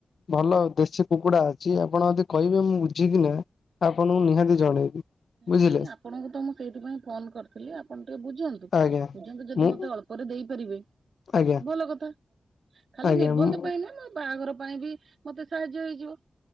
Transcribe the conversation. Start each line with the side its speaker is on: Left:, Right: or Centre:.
Left: ଭଲ ଦେଶୀ କୁକୁଡା ଅଛି ଆପଣ ଯଦି କହିବେ ମୁଁ ବୁଝିକି ନା ଆପଣଙ୍କୁ ନିହାତି ଜଣେଇବି।
Right: ନାଇଁ
Left: ବୁଝିଲେ
Right: ନାଇଁ ଆପଣଙ୍କୁ ତ ମୁଁ ସେଇଥିପାଇଁ ଫୋନ କରିଥିଲି ଆପଣ ଟିକେ ବୁଝନ୍ତୁ,
Left: ଆଜ୍ଞା
Right: ବୁଝନ୍ତୁ ଯଦି
Left: ମୁଁ
Right: ମତେ ଅଳ୍ପ ପରେ ଦେଇପାରିବେ
Left: ଆଜ୍ଞା
Right: ଭଲ କଥା ଖାଲି
Left: ଆଜ୍ଞା
Right: ନିର୍ବନ୍ଧ
Left: ମୁଁ
Right: ପାଇଁ ନୁହେଁ। ବାହାଘର ପାଇଁ ବି ମତେ ସାହାଯ୍ୟ ହେଇଯିବ।